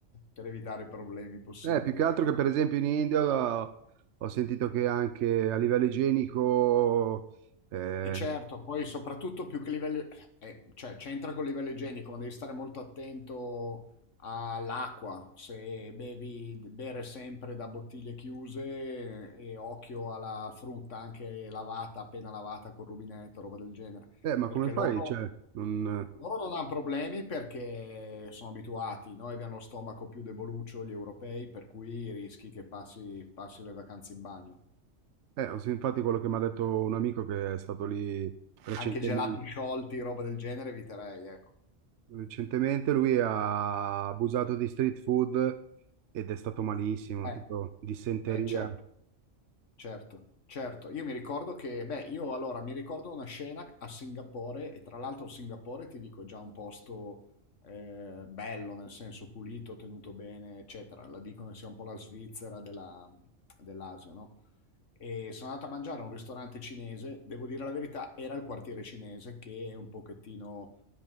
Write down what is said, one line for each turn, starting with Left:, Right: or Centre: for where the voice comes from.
Left: per evitare problemi possibili,
Right: Eh, più che
Left: ecco.
Right: altro che per esempio in India ho, ho sentito che anche a livello igienico... Eh,
Left: E certo, poi soprattutto più che livello, eh, cioè c'entra col livello igienico, ma devi stare molto attento all'acqua, se bevi, bere sempre da bottiglie chiuse eh, e occhio alla frutta anche lavata, appena lavata col rubinetto, roba del genere,
Right: eh, ma
Left: perché
Right: come fai?
Left: loro,
Right: Cioè, non-
Left: loro non hanno problemi perché sono abituati, noi abbiamo lo stomaco più deboluccio, gli europei, per cui rischi che passi passi le vacanze in bagno.
Right: eh, ho sen- infatti quello che mi ha detto un amico che è stato lì recentemente,
Left: Anche gelati sciolti, roba del genere, eviterei, ecco.
Right: recentemente, lui ha abusato di street food ed è stato malissimo,
Left: Eh,
Right: tipo dissenteria.
Left: eh, certo, certo, certo. Io mi ricordo che, beh, io allora mi ricordo una scena a Singapore, e tra l'altro Singapore, ti dico, è già un posto eh, bello, nel senso pulito, tenuto bene, eccetera. La dicono sia un po' la Svizzera della- dell'Asia, no? e sono andato a mangiare a un ristorante cinese, devo dire la verità, era il quartiere cinese che è un pochettino